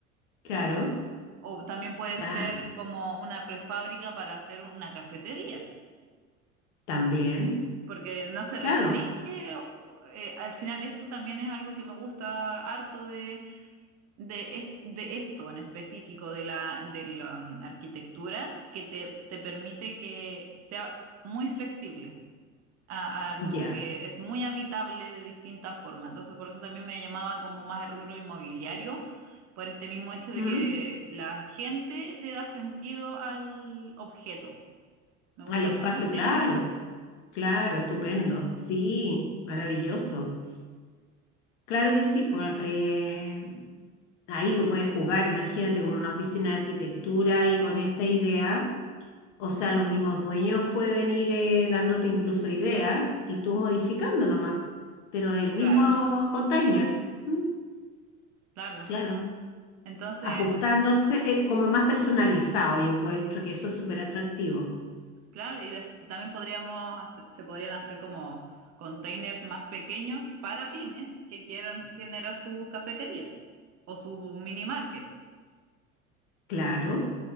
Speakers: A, on the left; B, on the right.
A: Claro,
B: O también puede
A: ta-
B: ser como una prefábrica para hacer una cafetería,
A: también.
B: porque no se
A: Claro,
B: restringe. o- eh, al final, eso también es algo que me gusta harto de, de, es- de esto en específico, de la, de la mm, arquitectura, que te, te permite que sea muy flexible. a- a como
A: ya.
B: que es muy habitable de distintas formas. Entonces, por eso también me llamaba como más el rubro inmobiliario, por este mismo hecho de
A: ¿Mm?
B: que la gente le da sentido al objeto. Me gusta
A: Al espacio,
B: mucho esa
A: claro.
B: idea.
A: Claro, estupendo. Sí, maravilloso. Claro que sí, por- eh, ahí tú puedes jugar, imagínate como una oficina de arquitectura y con esta idea, o sea,
B: Ujú.
A: los mismos dueños pueden ir eh, dándote incluso ideas y tú modificando nomás, pero el mismo
B: Claro,
A: container, ¿m?
B: claro.
A: claro,
B: Entonces,
A: ajustándose eh, como más personalizado, yo encuentro que eso es súper atractivo.
B: claro, y des- también podríamos, hacer- se podrían hacer como containers más pequeños para pymes que quieran generar sus cafeterías o sus mini markets.
A: Claro,